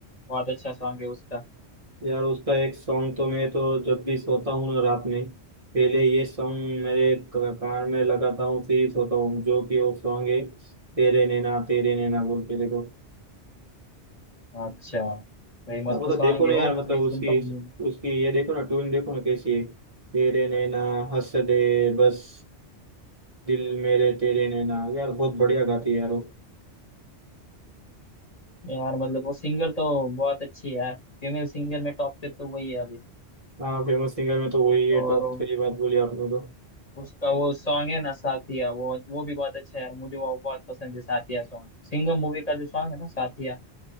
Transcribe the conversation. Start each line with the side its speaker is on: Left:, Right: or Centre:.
Left: बहुत अच्छा सॉन्ग है उसका
Right: यार उसका एक सॉन्ग तो मैं तो जब भी सोता हूँ ना रात में पहले ये सॉन्ग मेरे क- कान में लगाता हूँ फिर ही सोता हूँ जो कि वो सॉन्ग है तेरे नैना तेरे नैना बोल के देखो
Left: अच्छा भाई मस्त
Right: यार मतलब
Left: सॉन्ग
Right: देखो ना
Left: है
Right: यार
Left: वो
Right: मतलब
Left: मैं
Right: उसकी
Left: सुनता हूँ मैं-
Right: उसकी ये देखो ना ट्यून देखो ना कैसी है तेरे नैना हंस दे बस दिल मेरे तेरे नैना यार बहुत बढ़िया गाती है यार वो
Left: यार मतलब वो सिंगर तो बहुत अच्छी है यार फीमेल सिंगर में टॉप पे तो वही है अभी
Right: हाँ फेमस सिंगर में तो वही
Left: और
Right: है टॉप सही बात बोली आपने तो
Left: उसका वो सॉन्ग है ना साथिया वो वो भी बहुत अच्छा है यार मुझे वो बहुत पसंद है साथिया सॉन्ग सिंगम मूवी का जो सॉन्ग है ना साथिया